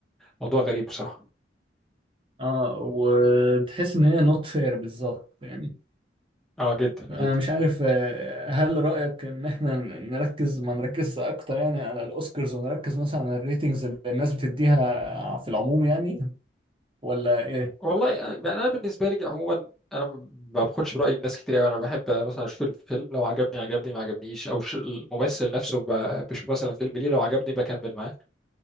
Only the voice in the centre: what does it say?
فموضوع غريب بصراحة
أه جدا جدا
والله آه، يعني انا بالنسبه لي عموما انا ما باخدش براي الناس كتير قوي انا بحب مثلا اشوف الفيلم لو عجبني عجبني ما عجبنيش او ش- الممثل نفسه ب- بشوف مثلا فيلم ليه لو عجبني بكمل معاه